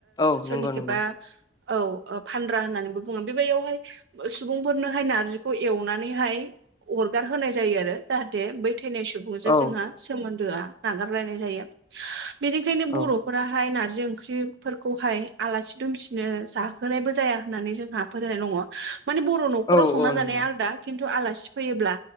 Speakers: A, on the left (about 20°); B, on the right (about 60°).
A: औ
B: सोरनिखेबा
A: नंगौ नंगौ
B: औ फानद्रा होननानैबो बुङो। बेबादियावहाय सुबुंफोरनोहाय नारजिखौ एवनानैहाय अरगार होनाय जायो आरो जाहाथे बै थैनाय सुबुंजों
A: औ
B: जोंहा सोमोन्दोआ नागारलायनाय जायो। बेनिखायनो
A: औ
B: बर' न'खराहाय नारजि ओंख्रिफोरखौहाय आलासि दुमसिनो जाहोनायबो जाया होननानै जोंहा फोथायनाय दङ। माने बर' न'खराव
A: औ
B: संना
A: औ नंगौ
B: जानाया आलदा खिन्थु आलासि फैयोब्ला